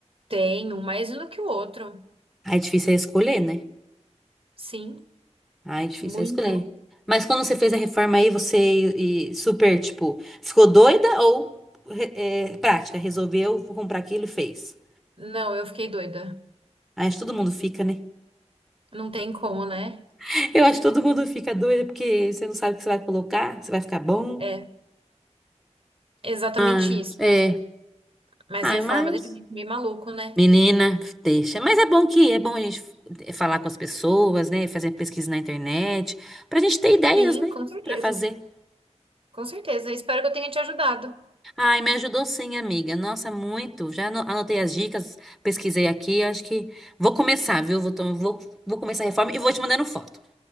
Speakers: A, on the right; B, in the centre.
A: Tenho, mais um do que o outro.
B: Aí é difícil é escolher, né?
A: Sim,
B: Ai, difícil
A: muito.
B: é escolher. Mas quando você fez a reforma aí, você e, e super, tipo, ficou doida ou re- é, prática? Resolveu, vou comprar aquilo e fez.
A: Não, eu fiquei doida.
B: Aí acho que todo mundo fica, né?
A: Não tem como, né?
B: <laughs> Eu acho que todo mundo fica doido porque você não sabe o que você vai colocar, se vai ficar bom.
A: É, exatamente
B: Ah,
A: isso.
B: é.
A: Mas
B: Ai,
A: reforma
B: mas.
A: deixa a gente meio maluco, né?
B: Menina, deixa. Mas é bom que é bom a gente falar com as pessoas, né? Fazer pesquisa na internet, pra gente ter ideias,
A: Sim,
B: né?
A: com certeza.
B: Pra fazer.
A: Com certeza. Espero que eu tenha te ajudado.
B: Ai, me ajudou sim, amiga. Nossa, muito. Já ano- anotei as dicas, pesquisei aqui. Acho que vou começar, viu? Vou, to- vou, vou começar a reforma e vou te mandando foto,